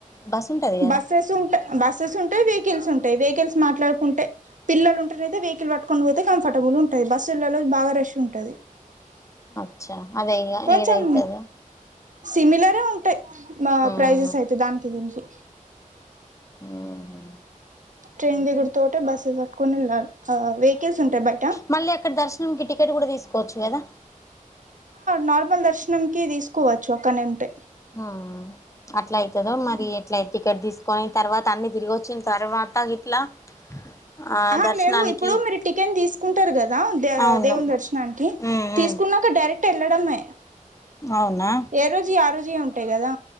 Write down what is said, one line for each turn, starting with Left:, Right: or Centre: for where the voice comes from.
Left: బస్ ఉంటది కదా
Right: బస్సెస్ ఉంటాయి బస్సెస్ ఉంటాయి వెహికల్స్ ఉంటాయి వెహికల్స్ మాట్లాడుకుంటే పిల్లలుంటనయి వెహికల్ పట్టుకొని పోతే కంఫర్టబుల్ ఉంటుంది బస్సుళ్లలో బా రష్ ఉంటది
Left: అచ్చా అదై ఇగా
Right: కొంచెం
Left: ఏదవుతుంద
Right: సిమిలరే ఉంటాయి మా
Left: ఉమ్
Right: ప్రైజెస్ అయితే దానికి దీనికి
Left: ఉహు
Right: ట్రైన్ దగ్గురతోటే బస్సుస్ పట్టుకునిళ్ళాలి ఆ వెహికల్స్ ఉంటాయి బైక్
Left: మళ్ళీ అక్కడ దర్శనం క టికెట్ కూడా తీసుకోవచ్చు కదా
Right: నార్మల్ దర్శనం కి తీసుకోవచ్చు అక్కనే ఉంటయి
Left: ఆ అట్లా అవుతుందో మరి ఎట్లయి టికెట్ తీసుకొని తర్వాత అన్ని తిరిగి వచ్చిన తర్వాత ఇట్లా ఆ
Right: ఆ
Left: దర్శనానికి
Right: లేదు ఇప్పుడు మీరు టికెన్ తీసుకుంటారు కదా దే
Left: అవును
Right: దేవుని దర్శన్ అ
Left: ఉమ్
Right: తీసుకున్నాక
Left: ఉమ్
Right: డైరెక్ట్ వెళ్ళడమే
Left: అవునా
Right: ఏ రోజు ఆ రోజు ఉంట ట్టే కదా